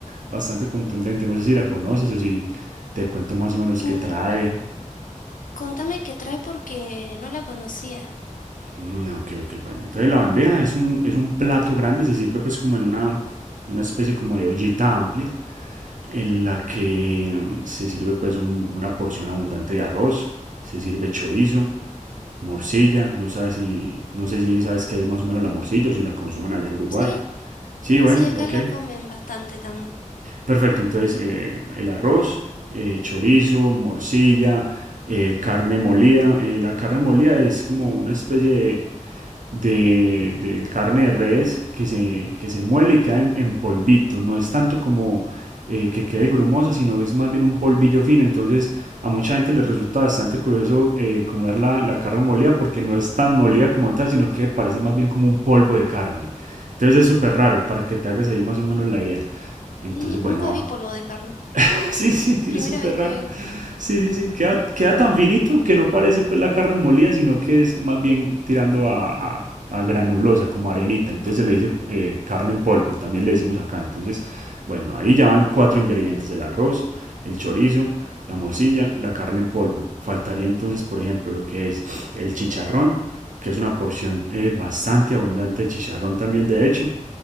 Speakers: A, on the right; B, on the left.
A: bastante contundente. No sé si la conoces o si te cuento más o menos
B: mm,
A: qué trae.
B: Contame qué trae porque no la conocía.
A: Mm, ok, ok, bueno. Entonces la bandeja es un, es un plato grande, se sirve pues como en una, una especie como de ollita amplia en la que mm, se sirve pues un- una porción abundante de arroz, se sirve chorizo, morcilla, no sabes si, no sé si sabes qué es más o menos la morcilla o si la consumen allá en Uruguay.
B: Sí,
A: Sí, bueno,
B: sí, acá
A: ok.
B: la comen bastante también.
A: Perfecto, entonces eh, el arroz, eh, chorizo, morcilla, eh, carne molida. Eh, la carne molida es como una especie de de, de carne de res que se, que se muele y queda en, en polvito. No es tanto como eh, que quede grumosa, sino es más bien un polvillo fino. Entonces a mucha gente les resulta bastante curioso eh, comer la, la carne molida porque no es tan molida como tal, sino que parece más bien como un polvo de carne. Entonces es súper raro para que te hagas ahí más o menos la idea. Entonces,
B: Y
A: bueno,
B: nunca vi polvo de carne.
A: <laughs> Sí, sí, sí,
B: Primera
A: es súper
B: vez que
A: raro.
B: oigo.
A: Sí, sí, sí. Queda, queda tan finito que no parece pues la carne molida, sino que es más bien tirando a, a- a granulosa, como arenita. Entonces se le dice eh, carne en polvo, también le decimos acá. Entonces, bueno, ahí ya van cuatro ingredientes, el arroz, el chorizo, la morcilla, la carne en polvo. Faltaría entonces, por ejemplo, lo que es el chicharrón, que es una porción eh, bastante abundante de chicharrón también, de hecho.